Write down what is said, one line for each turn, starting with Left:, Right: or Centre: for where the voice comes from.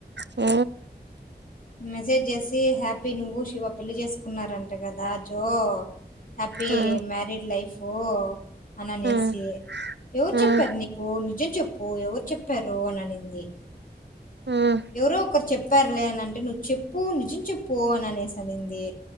Right: ఊ
Left: మెసేజ్ చేసి హ్యాపీ నువ్వు శివ పెళ్లి చేసుకున్నారంట కదా జో హ్యాపీ
Right: మ్మ్
Left: మ్యారీడ్ లైఫ్ అని అనేసి
Right: మ్మ్
Left: ఎవరు
Right: మ్మ్
Left: చెప్పారు నీకు నిజం చెప్పు ఎవరు చెప్పు పెరు అని అనింది
Right: మ్మ్
Left: ఎవరు ఒకరు చెప్పారు లే అని అంటే నువ్వు చెప్పు నిజం చెప్పు అని అనేసి అనింది